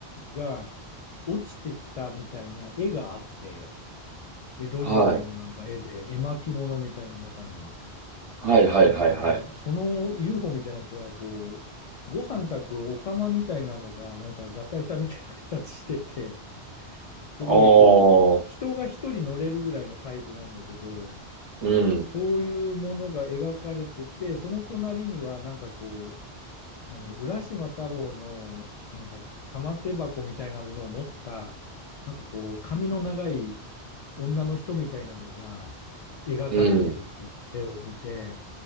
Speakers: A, on the left (about 60°); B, on the right (about 35°).
A: が落ちてきたみたいな絵があって、江戸時代のなんか絵で絵巻物みたいな中に、
B: はい。はい、はい、
A: なんかね、
B: はい、はい。
A: その UFO みたいなやつはこう、ご飯炊くお釜みたいなのがなんか合体したみたいな形してて、すごいこう、
B: あー。
A: 人が一人乗れるぐらいのサイズなんだけど、
B: うん。
A: そういうものが描かれてて、その隣にはなんかこう、あの、浦島太郎の、なんか、玉手箱みたいなものを持った、なんかこう、髪の長い女の人みたいなのが描かれてるっていう絵を見て、
B: うん。